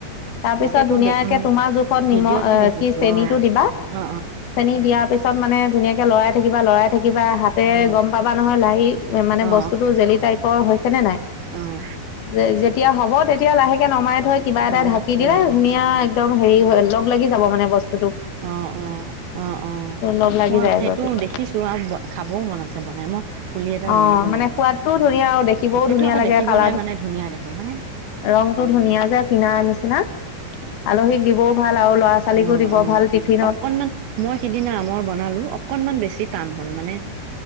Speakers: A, on the left; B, on the right.
A: তাৰপিছত
B: মোক সেইটো
A: ধুনীয়াকে
B: দে উম
A: তোমাৰ জোখত
B: ভিডিঅ'তহে
A: নিমখ আহ
B: দেখিছো
A: কি চেনিটো
B: অ
A: দিবা। চেনী
B: অ
A: দিয়াৰ পিছত মানে ধুনীয়াকৈ লৰাই থাকিবা, লৰাই থাকিবা হাতেৰে
B: অ অ
A: গম পাবা নহয় লাহি মানে
B: অ
A: বস্তুটো জেলি টাইপৰ হৈছে নে নাই।
B: উম।
A: যে যেতিয়া হ'ব তেতিয়া লাহেকে নমাই থৈ কিবা এটা
B: নমাই
A: ঢাকি
B: থব
A: দিলে
B: লাগে
A: ধুনীয়া
B: অ
A: একদম হেৰি হৈ লগ লাগি যাব মানে বস্তু
B: অ', অ', অ', অ',
A: লগ লাগি
B: মই
A: যায়গৈ
B: সেইটো
A: পিছত
B: দেখিছো খাবও মন আছে বনাই মোৰ পুলি এটা
A: অ
B: ৰুই ল'ব
A: মানে
B: লাগিব
A: সোৱাদটোও ধুনীয়া আৰু দেখিবও
B: অ, সেইটো
A: ধুনীয়া
B: আকৌ
A: লাগে
B: দেখিবলৈ
A: কালাৰটো
B: মানে ধুনীয়া দেখে হয় নে।
A: ৰংটো ধুনীয়া যে কিনাৰ নিচিনা। আলহীক দিবও ভাল আৰু লৰা ছোৱালীকো
B: উম
A: দিব
B: উম
A: ভাল। টিফিনত
B: অকনমান মই সিদিনা আমৰ বনালো অকনমান বেছি টান হ'ল মানে।